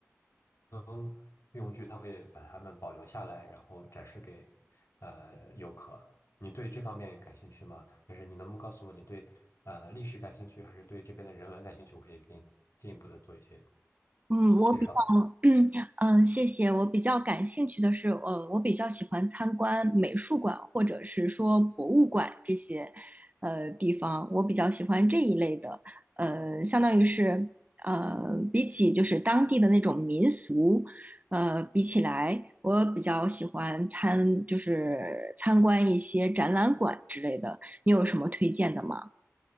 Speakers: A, on the left (about 75°); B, on the right (about 30°).
A: 能运用具，它会把它们保留下来，然后展示给呃游客。你对这方面感兴趣吗？还是你能不能告诉我，你对呃历史感兴趣，还是对这边的人文感兴趣？我可以给你进一步的做一些
B: 嗯，我比较，
A: 介绍。
B: <clears throat> 嗯，谢谢。我比较感兴趣的是，呃，我比较喜欢参观美术馆或者是说博物馆这些，呃，地方。我比较喜欢这一类的，呃，相当于是，呃，比起就是当地的那种民俗，呃，比起来，我比较喜欢参，就是参观一些展览馆之类的。你有什么推荐的吗？